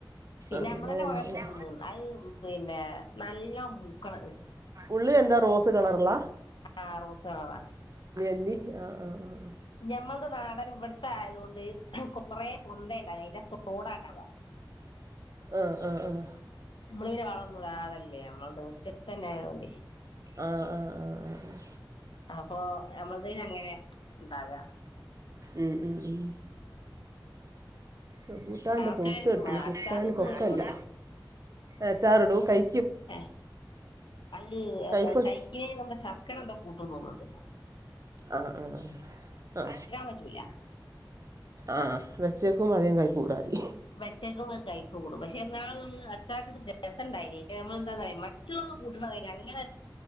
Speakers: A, on the left; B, on the right.
A: പിന്നെ
B: അങ്ങനെ
A: നമ്മളന്നെ
B: ഉണ്ടാവുക
A: കൊറ തിന്ന അത് പിന്നെ നല്ല മൂ <unintelligible>
B: ഉള്ളി എന്താ റോസ് കളർള്ള
A: ആറൂസറവാ
B: അല്ലി ആ ആ ആ
A: ഞമ്മളുടെ നാടൻ ഇവിടുത്തെ ആയതുക കൊണ്ട് കൊറെ പൊന്ത ഉണ്ടാവും അതിന്റെ തോട ഉണ്ടാവും
B: ആഹ ആഹ ആഹ
A: നമ്മളിങ്ങനെ വളൊന്നുടാതല്ലേ നമ്മളത് മുറ്റത്ത് തന്നെ ആ മതി
B: ആഹ് ആഹ് ആഹ് ആഹ് ആഹ
A: അപ്പൊ നമ്മളത്തിന് അങ്ങനെ ഉണ്ടാക
B: ഉം ഉം ഉം റംബൂട്ടൻണ്ട്
A: അതൊക്കെ
B: പൂത്തെടുക്കുണ്
A: അച്ചാർ
B: കുത്താൻ
A: ഇടുവോ
B: കൊക്കല്യ
A: അതിനോട്
B: അച്ചാറിടും കൈ
A: ഏ അത്
B: കയ്പ്പ്
A: കഴിക്കുന്നതി എന്ത ശർക്കര എന്താ കൂട്ട തോന്നുന്നത് ആ
B: ആ ആ ആ ആ
A: പറ്റൂല
B: ആ വെച്ചേ <unintelligible>
A: വച്ചക കയ്പപ്പ കൂടും പക്ഷെ ന്നാൾ നമ്മള് അച്ചാറിട്ട് രസ ഉണ്ടായി പക്ഷെ നമ്മൾ എന്താ പറയാ മറ്റുള്ള കൂട്ടണ വര് അങ്ങനെ